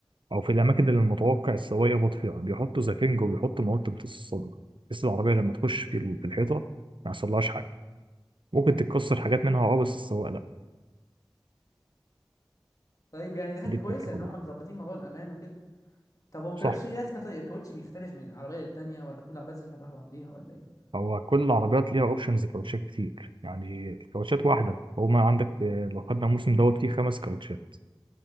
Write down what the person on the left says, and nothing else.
مم.
طيب يعني دي حاجه
كويسه
ان هم مظبطين موضوع الامان وكده طب هو الكاوتش
ليه لازمه طيب الكاوتش بيختلف من العربيه للتانيه ولا كل العربيات زي شبه بعضيها ولا ايه